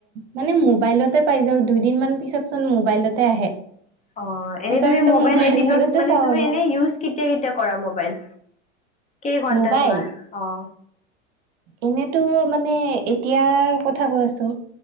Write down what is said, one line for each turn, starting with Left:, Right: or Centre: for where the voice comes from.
Right: মানে মোবাইলতে পাই যাও দুইদিন ম পিছত চোন মোবাইলতে আহে?
Left: অঁ এনে
Right: সেইকাৰণেতো
Left: তুমি মবাইলত
Right: মোবাইলতে
Left: এদিনত মানে
Right: চাওঁ
Left: তুমি
Right: আৰু
Left: এনেজ। কেতিয়া কেতিয়া কৰা মোবাইল। কেই ঘন্টা
Right: মোবাইল
Left: চোৱা অঁ।
Right: এনেতো মানে এতিয়াৰ কথা কৈ আছো?